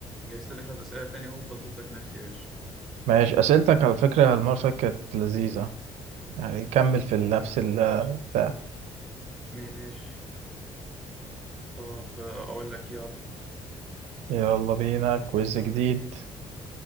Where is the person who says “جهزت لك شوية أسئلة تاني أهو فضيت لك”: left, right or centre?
Centre